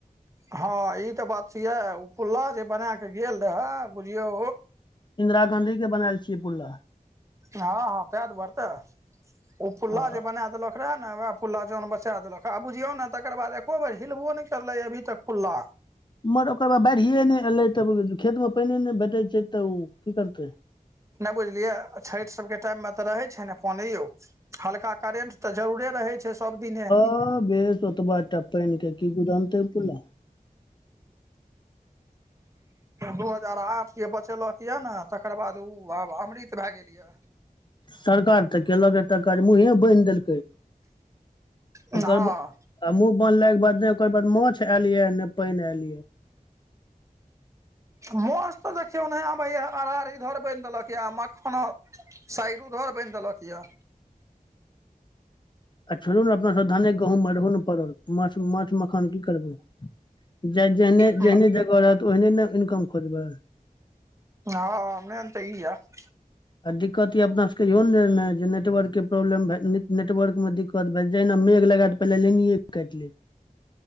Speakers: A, on the right; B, on the left.
A: हँ ई तऽ बात सही ओ पुला जे बना क गेल रहे बुझियौ।
B: इंन्दिरा गाँंधी के बनेल छियै पुल।
A: हँ हँ तँए दुआरे तऽ ओ पुला
B: आ
A: जे बना देलक। ओकरा ने वएह पुल्ला जौन बचा देलक आ बुझियौ ने तकर बाद एको बेर हिलबो नैय करलै अभी तक पुल्ला।
B: मगर ओकर बाद बाढ़िए नैय एलै तऽ खेत मे पैनिये नैय भेटै छै तऽ ओ की करतै।
A: नैय बुझलियै छैठ सब के टाइम मे तऽ रहै छै ने पानी यौ। हल्का करेंट तऽ जरूरे रहै छैय सब दिने।
B: ह बेस ओत बात। एकटा पेैन के की गुदानतै पुला।
A: दू हजार आठ जे बचेलक ये ने तकर बाद ओ आब अमृत भए गेल या।
B: सरकार तऽ केलक ए तकर मुँहे बैन्ह देलकै।
A: हँ।
B: ओकर बाद आ मुँह बानला के बाद ने ओकर बाद माछ एयल ये ने पैन एयल ये।
A: माछ तऽ देखियौ नैय आबैया अरारी इधर बैन देलक या मखाना। सैडो उधर बैन्ह देलक यए।
B: आ छोड़ू ने अपना सब धाने गहूॅंम मे रहु ने पड़ल, माछ -माछ मखान की करबै। जे -जेहने
A: यऽ
B: -जेहने जगह रहत ओहने ने इनकम करबै।
A: हँ इमरन तऽ ई या --
B: आ दिक्कत या अपना सबके इहो ने ने जे नेटवर्क के प्रॉब्लम भ नेटवर्क मे दिक्कत भए जेहिना मेघ लगा- - पैहले लैनये कैट लेत।